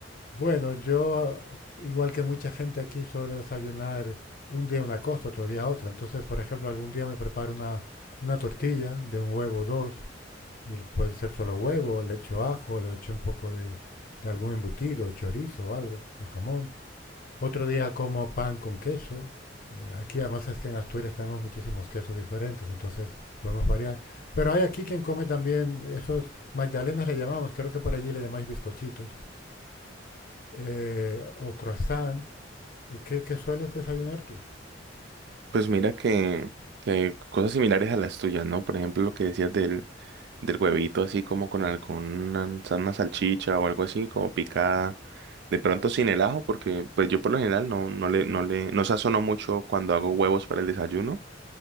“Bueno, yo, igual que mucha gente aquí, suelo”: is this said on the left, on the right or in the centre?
Left